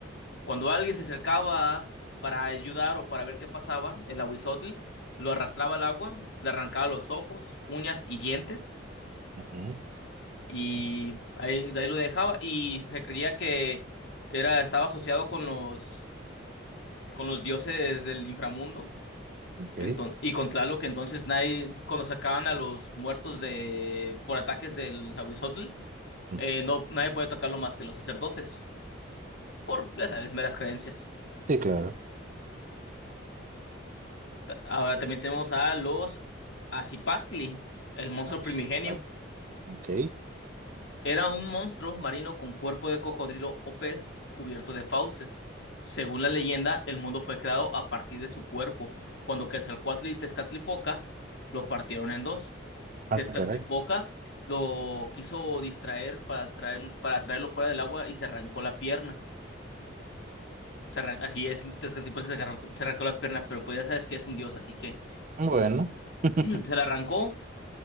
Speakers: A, on the left; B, on the right.
A: Cuando alguien se acercaba para ayudar o para ver qué pasaba, el aguizotl lo arrastraba al agua, le arrancaba los ojos, uñas y dientes,
B: Ujú,
A: y ahí, de ahí lo dejaba. Y se creía que era, estaba asociado con los, con los dioses del inframundo.
B: ok.
A: Enton- y con Tlaloc, que entonces nadie, cuando sacaban a los muertos de, por ataques del aguizotl,
B: Mm,
A: eh, no, nadie puede tocarlo más que los sacerdotes, por, ya sabes, meras creencias.
B: Sí, claro.
A: Ahora también tenemos a los Acipactli, el monstruo
B: Ah,
A: primigenio.
B: sí, ay, ok.
A: Era un monstruo marino con cuerpo de cocodrilo o pez cubierto de fauces. Según la leyenda, el mundo fue creado a partir de su cuerpo, cuando Quetzalcóatl y Tezcatlipoca lo partieron en dos.
B: Ah,
A: Tezcatlipoca
B: caray.
A: lo quiso distraer para, traer, para traerlo fuera del agua y se arrancó la pierna. Se arran- así es, Tezcatlipoca se arrancó, se arrancó la pierna, pero pues ya sabes que es un dios, así que
B: Bueno, <laughs>
A: <clears throat> se la arrancó